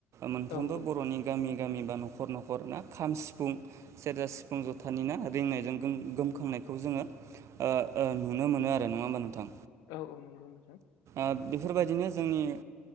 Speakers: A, on the right; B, on the left.
A: मोनफ्रोमबो
B: औ औ
A: बर'नि गामि गामि बा न'खर न'खर ना खाम सिफुं सेरजा सिफुं ज'थानि ना रिंनायजों गोमखांनाय। बेखौ जोङो ओ ओ नुनो मोनो आरो नङा होमबा नोंथां।
B: औ औ नंगौ नोंथां।
A: दा बेफोरबायदिनो जोंनि